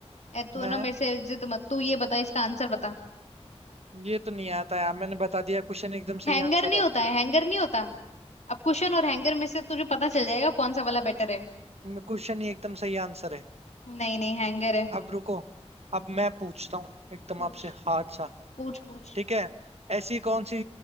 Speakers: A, on the left; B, on the right.
A: ए, तू
B: नहीं
A: ना मेरे से जिद मत तू ये बता इसका आंसर बता
B: ये तो नहीं आता यार मैंने बता दिया कुशन एकदम
A: हैंगर
B: सही आंसर
A: नहीं
B: है
A: होता है हैंगर नहीं होता अब कुशन और हैंगर में से तुझे पता चल जाएगा कौन सा वाला बेटर है
B: म- कुशन ही एकदम सही आंसर है
A: नहीं नहीं हैंगर है
B: अब रुको अब मैं पूछता हूँ एकदम
A: पूछ
B: आपसे हार्ड सा
A: पूछ पूछ
B: ठीक है ऐसी कौन सी